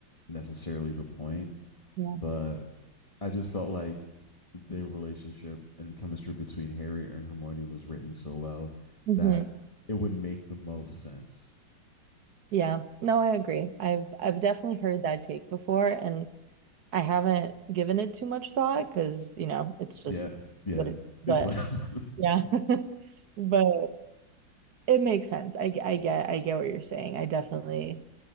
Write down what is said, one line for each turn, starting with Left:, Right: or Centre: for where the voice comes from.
Left: necessarily the point,
Right: Yeah.
Left: but I just felt like the relationship and chemistry between Harry and Hermione was written so well
Right: hmm
Left: that it would make the most sense.
Right: Yeah. No, I agree. I've I've definitely heard that take before, and I haven't given it too much thought because, you know, it's
Left: Yeah,
Right: just
Left: yeah,
Right: what it,
Left: it's
Right: but
Left: what.
Right: yeah.
Left: <laughs>
Right: <laughs> But It makes sense. I, g- I get I get what you're saying. I definitely